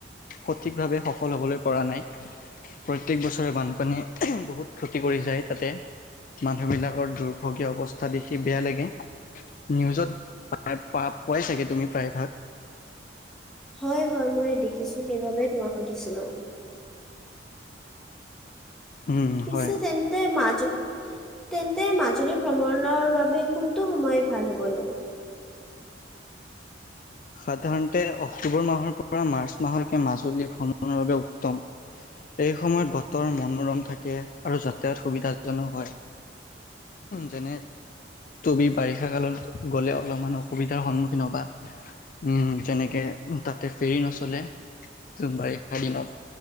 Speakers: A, on the left; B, in the centre.
A: সঠিকভাৱে সফল হবলৈ পৰা নাই। প্ৰত্যেক বছৰে বানপানী বহুত ক্ষতি কৰি যায় তাতে। মানুহবিলাকৰ দুৰ্ভগীয়া অৱস্থা দেখি বেয়া লাগে। নিউজত পোৱা-পোৱাই চাগে তুমি প্ৰায়ভাগ।
B: হয় হয়, মই দেখিছো সেইবাবে তোমাক সুধিছিলো।
A: উম
B: পিছে
A: হয়।
B: তেন্তে মাজু তেন্তে মাজুলী ভ্ৰমণৰ বাবে কোনটো সময় ভাল হবনো?
A: সাধাৰণতে অক্টোবৰ মাহৰ পৰা মাৰ্চ মাহৰলৈকে মাজুলী ভ্ৰমণৰ বাবে উত্তম। এই সময়ত বতৰ মনোৰম থাকে আৰু যাতায়ত সুবিধাজনক হয়। যেনে তুমি বাৰিষা কালত গলে অলপমান অসুবিধাৰ সন্মুখীন হবা। উম, যেনেকে তাতে ফেৰী নচলে বাৰিষা দিনত।